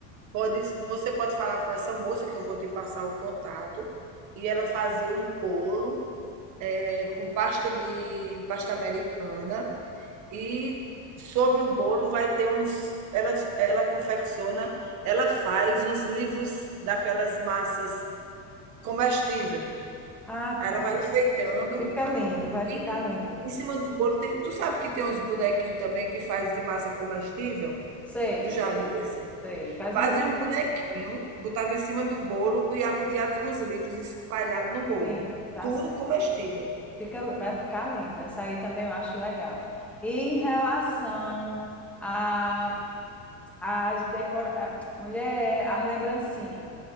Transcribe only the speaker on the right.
Pode você pode falar com essa moça que eu vou te passar o contato, e ela fazia um bolo, eh, com pasta de pasta americana, e sobre o bolo vai ter uns. Ela, ela confecciona, ela faz uns livros daquelas massas comestível.
Aí
ela vai enfeitando
e
em cima do bolo tem. Tu sabe que tem uns bonequinhos também que faz de massa comestível?
Tu
já viu esse?
Fazia
um bonequinho, botava em cima do bolo e arrodeado com os livros espalhados no bolo.
Tudo
comestível.